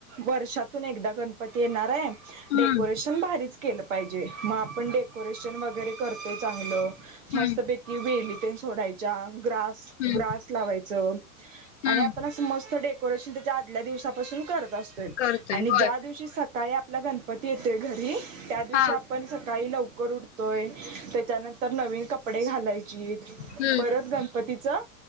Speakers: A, on the right; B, on the left.
A: वर्षातून एकदा गणपती येणार हाय.
B: हम्म
A: डेकोरेशन भारीच केलं पाहिजे मग आपण डेकोरेशन वगैरे करतोय चांगलं
B: हम्म
A: मस्तपैकी वेली तेन सोडायच्या ग्रास
B: हम्म
A: ग्रास लावायच
B: हम्म
A: आणि आपण अस मस्त डेकोरेशन त्याचा आदल्या दिवसा पासून कर करायचा असतोय
B: करतोय
A: आणि ज्या
B: होय
A: दिवशी सकाळी आपला गणपती येतोय घरी त्या दिवशी
B: हा
A: आप पण सकाळी लवकर उठतोय त्याच्यानंतर नवीन कपडे घालायचीत.
B: हम्म
A: परत गणपतीचं